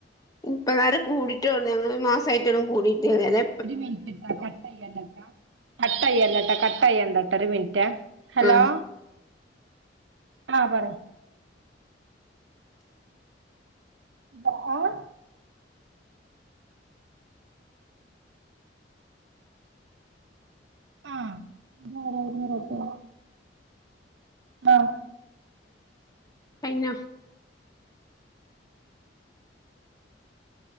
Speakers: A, on the left; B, on the right.
A: പ്പന്നാരെ കൂടിട്ടോള്ള്. ഞങ്ങള് ഒര് മാസമായിട്ടോളു കൂടിട്ട് റ്യാ. അല്ലെ
B: ഒരു മിനിറ്റ്ട്ടാ കട്ടയല്ലട്ടാ കട്ടയില്ലട്ടാ കട്ടയണ്ടട്ട ഒര് മിൻറ്റേ ഹലോ
A: ആ
B: ആഹ് പറ. അആഹ് ആഹ് താരാ <unintelligible> ആ
A: കൈഞ്ഞൊ